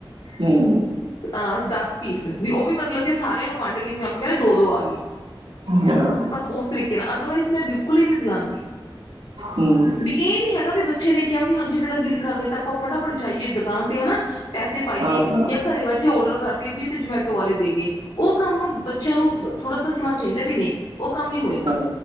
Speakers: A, on the right (about 80°); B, on the left (about 75°).
A: ਹੂੰ
B: ਆਂ ਦੱਸ ਪੀਸ, ਓਵੀ ਮਤਲਬ ਕੇ ਸਾਰੇਆਂ ਨੂੰ ਵੰਡ ਕੇ ਜਿਵੇਂ ਆਪਾਂ ਕੈਂਦੇ ਆ ਦੋ-ਦੋ ਆਗੇ।
A: ਹਾਂ
B: ਬਸ ਓਸ ਤਰੀਕੇ ਨਾਲ, ਅਦਰਵਾਈਜ਼ ਮੈਂ ਬਿਲਕੁਲ ਈ ਨੀ ਦੀਲਾਂਦੀ
A: ਹਮ
B: ਬੀ ਏ ਨੀ ਹੈਗਾ ਵੀ ਬੱਚੇਆ ਨੇ ਕੇਆ ਵੀ ਹਾਂਜੀ ਮੇਰਾ ਦਿਲ ਕਾਰ ਰੇਆ ਤਾਂ ਆਪਾਂ ਫਟਾਫਟ ਜਾਈਏ ਦਕਾਨ ਤੇ ਹਣਾ ਪੈਸੇ ਪਾਈਏ,
A: ਹਾਂ
B: ਯਾ ਘਰੇ ਬੈਠੇ ਓਡਰ ਕਰਦੀਏ ਜੀ ਤੇ ਜਮੈਟੋ ਵਾਲੇ ਦੇ ਗਏ ਓ ਕੰਮ ਬ ਬੱਚੇਆਂ ਨੂੰ ਥੋੜਾ ਦੱਸਣਾ ਚਾਈਦਾ ਵੀ ਨਈ ਓ ਕੰਮ ਨੀ ਹੋਏਗਾ।
A: ਹਾਂ